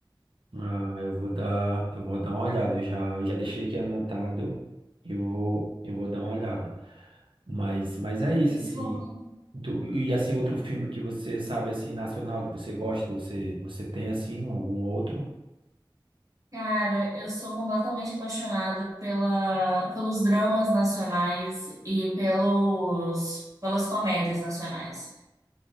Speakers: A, on the right; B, on the right.
A: Ah, eu vou dar, eu vou dar uma olhada. Eu já, já deixei aqui anotado e vou, eu vou dar uma olhada. Mas, mas é isso,
B: Esse
A: assim.
B: ano.
A: Tu- e assim, outro filme que você sabe, assim, nacional, que você gosta, você, você tem, assim, algum outro?
B: Cara, eu sou completamente apaixonada pela, pelos dramas nacionais e pelos, pelas comédias nacionais.